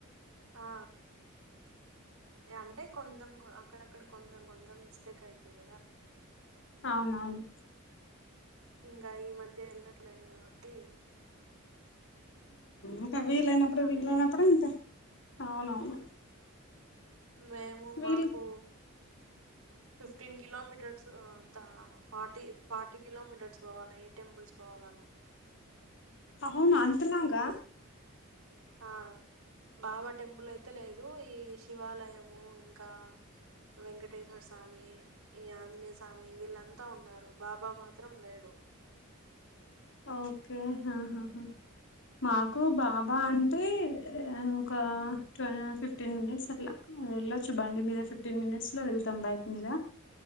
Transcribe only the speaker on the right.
ఆ ఇగ అంటే కొందమ్ అక్కడ అక్కడ కొందం కొంజమ్ మిస్టేక్ అయిది గదా
ఇంగా ఈ మధ్య యెళ్ళట్లేదు గావట్టి.
అన్ని
మేము మాకు
ఫిఫ్టీన్ కిలోమీటర్. సొ తా ఫార్టీ ఫార్టీ కిలోమీటర్స్ బోవాలె ఏ టెంపుల్స్ పోవాలన్నా.
ఆ బాబా టెంపుల్ అయితే లేదు ఈ శివాలయము ఇంకా. వెంకటేశ్వర్ స్వామి. ఈ ఆంజనీ స్వామి వీళ్ళంతా ఉన్నారు బాబా మాత్రం లేడు.